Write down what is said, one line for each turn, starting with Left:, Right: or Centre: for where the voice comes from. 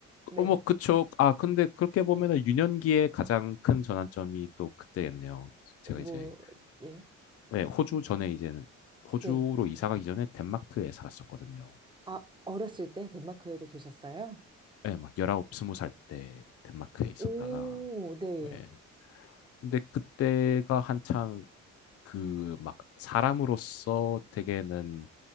Right: 네.
Left: 어, 뭐, 그쵸. 아, 근데 그렇게 보면은
Right: 네.
Left: 유년기에 가장 큰 전환점이 또 그때였네요. 제가
Right: 뭐,
Left: 이제,
Right: 예요?
Left: 네, 호주 전에 이제는, 호주로
Right: 네.
Left: 이사 가기 전에 덴마크에 살았었거든요.
Right: 아, 어렸을 때 덴마크에도 계셨어요?
Left: 네, 막 19, 20살 때 덴마크에 있었다가,
Right: 오, 네.
Left: 네. 근데 그때가 한창 그 막 사람으로서 되게는